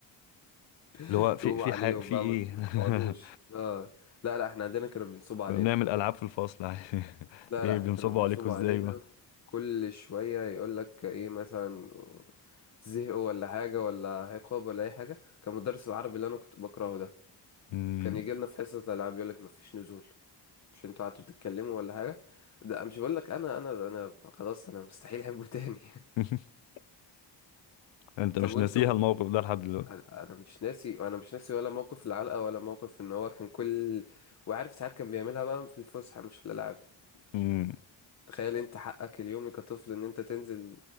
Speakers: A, on the left; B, on the left.
A: <laughs>
B: اللي هو في
A: تقوموا
B: في
A: عليهم
B: حاجة في
A: بقى
B: ايه
A: ما ما
B: <laughs>
A: تقعدوش اه لا لا احنا عندنا كانوا بينصبوا
B: كنا
A: علينا
B: بنعمل العاب في الفصل عادي. <laughs>
A: لا
B: ايه
A: لا احنا
B: بنصبوا
A: كانوا بينصبوا
B: عليكم ازاي
A: علينا
B: بقى
A: كل شوية يقول لك ايه مثلا زهقوا ولا حاجة ولا عقاب ولا أي حاجة كان مدرس العربي اللي أنا كنت بكرهه ده
B: مم.
A: كان يجي لنا في حصة الألعاب يقول لك مفيش نزول مش انتوا قعدتوا تتكلموا ولا حاجة ده مش بقول لك أنا أنا أنا خلاص أنا مستحيل أحبه <laughs> تاني
B: <laughs> انت
A: طب
B: مش
A: وانتوا
B: ناسيها الموقف ده لحد دلوقتي
A: انا أنا مش ناسي انا مش ناسي ولا موقف العلقه ولا موقف ان هو كان كل وعارف ساعات كان بيعملها بقى في الفسحه مش في الالعاب
B: امم
A: تخيل انت حقك اليومي كطفل ان انت تنزل